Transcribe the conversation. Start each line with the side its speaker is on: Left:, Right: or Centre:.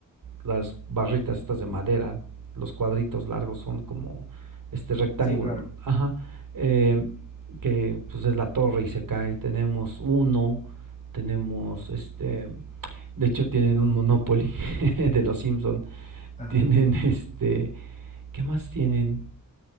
Right: las barritas estas de madera, los cuadritos largos son como este rectángulo,
Left: Sí, claro.
Right: ajá, eh, que pues es la torre y se cae. Tenemos uno, tenemos este, de hecho tienen un Monopoly <laughs> de los Simpson,
Left: Ajá.
Right: tienen este, ¿qué más tienen?